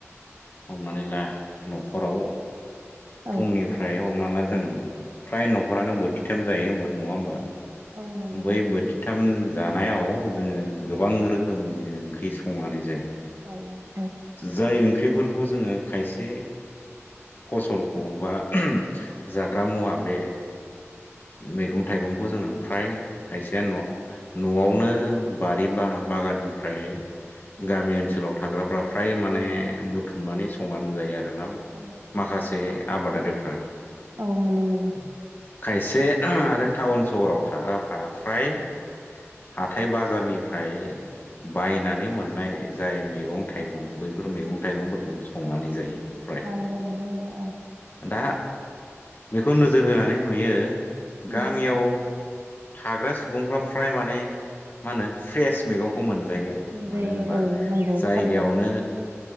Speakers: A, on the left (about 45°); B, on the right (about 55°).
A: हमनानै ला न'खराव
B: औ
A: फुंनिफ्राय हमना ला जों। फ्राय न'खरानो बोथिथाम जायो होमबा नङा होमबा
B: जायो औ नंगौ
A: बै
B: नंगौ
A: बोथिथाम। जानायाव जोङो
B: औ
A: गोबां रोखोमनि जों ओंख्रि संनानै जायो।
B: जायो औ।
A: जाय ओंख्रिफोरखौ जोङो खायसे फसलखौ बा जाग्रा मुवा बे मैगं थाइगंखौ जोङो फ्राय खायसेया न' न'आवनो बारि बा बागाननिफ्राय
B: मोननो
A: गामि
B: हायो
A: ओनसोलाव थाग्राफ्रा फ्राय माने बुथुमनानै संनानै जायो आरोना
B: औ मोननो
A: माखासे
B: हायो
A: आबादारिफ्रा।
B: औ मोनो मोनो
A: खायसे आरो टाउन सहराव थाग्राफ्रा फ्राय हाथाय बाजारनिफ्राय बायनानै मोननाय जाय मैगं-थाइगं बैफोर मैगं-थाइगंफोरखौ संनानै जायो। फ्राय
B: <unintelligible> जानाय जायो औ।
A: दा बेखौ नोजोर होनानै नुयो
B: औ
A: गामियाव। थाग्रा सुबुंफ्रा फ्राय माने मा होनो फ्रेस मैगंखौ मोनो। जायो आरोखि
B: मोनजायो
A: मानो होनोबा
B: औ नंगौ
A: जायगायावनो।
B: थारैनो